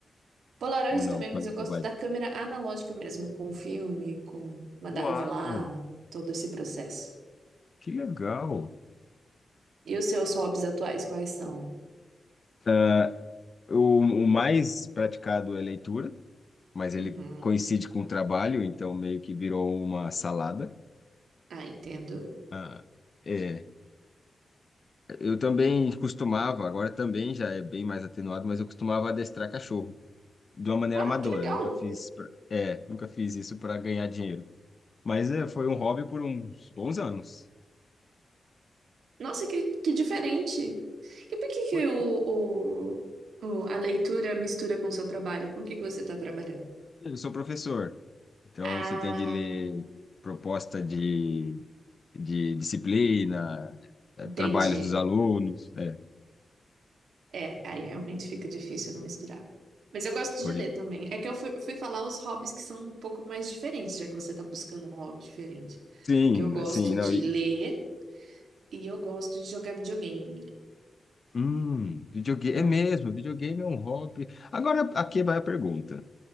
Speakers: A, on the right (about 85°); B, on the left (about 50°).
A: Polaroid
B: Ou não?
A: também,
B: Falei
A: mas eu
B: bobagem.
A: gosto da câmera analógica mesmo, com filme, com mandar
B: Uau!
A: revelar, todo esse processo.
B: Que legal!
A: E os seus hobbies atuais, quais são?
B: Ah, o, o mais praticado é leitura, mas ele
A: Uhum.
B: coincide com o trabalho, então meio que virou uma salada.
A: Ah, entendo.
B: Ah, é. Eu também costumava, agora também já é bem mais atenuado, mas eu costumava adestrar cachorro de uma maneira
A: Ah,
B: amadora.
A: que legal!
B: Nunca fiz, pra- é, nunca fiz isso para ganhar dinheiro. Mas é, foi um hobby por uns bons anos.
A: Nossa, que, que diferente! E por que que
B: Foi.
A: o, o, o- a leitura mistura com o seu trabalho? Com o que que você está trabalhando?
B: Eu sou professor, então
A: Ah,
B: você tem de ler proposta de, de disciplina, eh,
A: entendi.
B: trabalhos dos alunos. é,
A: É, aí realmente fica difícil não misturar. Mas eu gosto de
B: Pois
A: ler
B: é.
A: também. É que eu fui, fui falar os hobbies que são um pouco mais diferentes, já que você tá buscando um hobby diferente.
B: Sim,
A: Porque eu gosto
B: assim, não.
A: de
B: E,
A: ler e eu gosto de jogar videogame.
B: hum, videogame
A: Não,
B: é mesmo, videogame é um hobby. Agora aqui vai a pergunta.